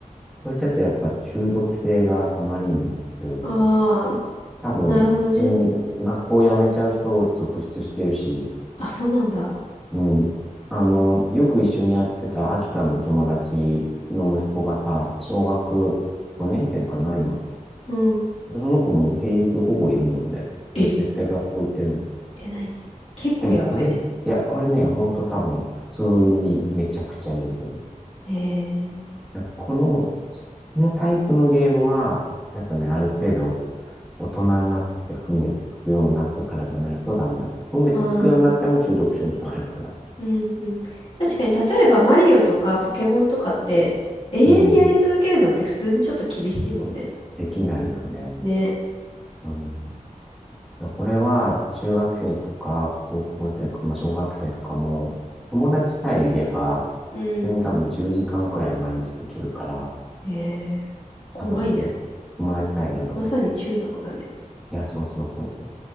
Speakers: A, in the centre; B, on the left (about 45°).
A: これちょっとやっぱ中毒性があまりにも強いと思う。
B: ああ
A: 多分、
B: ー、なるほどね。
A: 普通に学校を辞めちゃう人を続出してるし、
B: あ、そうなんだ。
A: うん。あの、よく一緒にやってた秋田の友達の息子がさ、小学5年生かな、今。
B: うん。
A: その子も平日ほぼいるもんね。だから絶対学校行ってない。
B: え、出ないね。結構やばいね。
A: でもこれ、いや、これね、ほんと多分、普通にめちゃくちゃいると思う。
B: ええ
A: だからこの、このタイプのゲームは、やっぱね、ある程度、大人になって分別つくようになってからじゃないとダメだって。分別つくようになっても中毒症状あるから。
B: ああー、うん、うん。確かに、例えばマリオとかポケモンとかって、永遠にやり続けるのって普通にちょっと厳しいもんね。
A: うん、できないよね。
B: ね。
A: うん。これは中学生とか高校生とか、まあ、小学生とかも友達さえいれば、
B: うん。
A: それに多分10時間くらい毎日できるから、
B: ええ怖いね。
A: 多分ね、友達さえいればね。
B: まさに中毒だね。
A: いや、そうそうそうそう。